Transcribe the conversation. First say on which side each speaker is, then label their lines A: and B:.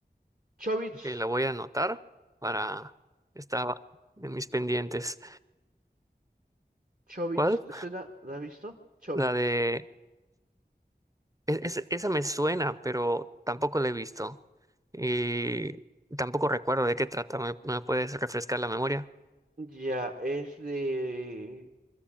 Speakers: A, on the right (about 55°); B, on the right (about 20°).
A: Chobits,
B: Que la voy a anotar para estar en mis pendientes.
A: Chobits,
B: ¿Cuál?
A: ¿te suena? ¿La has visto? Chobits.
B: La de es- es- esa me suena, pero tampoco la he visto y tampoco recuerdo de qué trata. ¿Me, me puedes refrescar la memoria?
A: Ya, es de